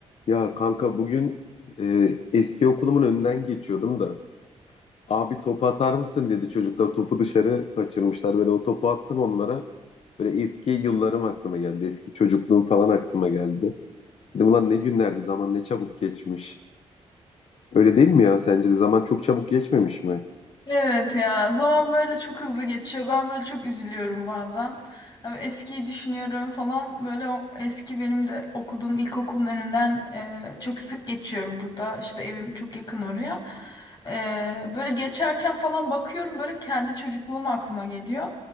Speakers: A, on the left (about 60°); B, on the left (about 35°).
A: Ya kanka bugün e, eski okulumun önünden geçiyordum da abi topu atar mısın dedi çocuklar topu dışarı kaçırmışlar böyle o topu attım onlara böyle eski yıllarım aklıma geldi eski çocukluğum falan aklıma geldi dedim ulan ne günlerdi zaman ne çabuk geçmiş öyle değil mi ya sence de zaman çok çabuk geçmemiş mi?
B: Evet ya zaman böyle çok hızlı geçiyor. Ben böyle çok üzülüyorum bazen. Ama Eskiyi düşünüyorum falan. Böyle o eski benim de okuduğum ilkokulun önünden e, çok sık geçiyorum burada. İşte evim çok yakın oraya. E, böyle geçerken falan bakıyorum böyle kendi çocukluğum aklıma geliyor.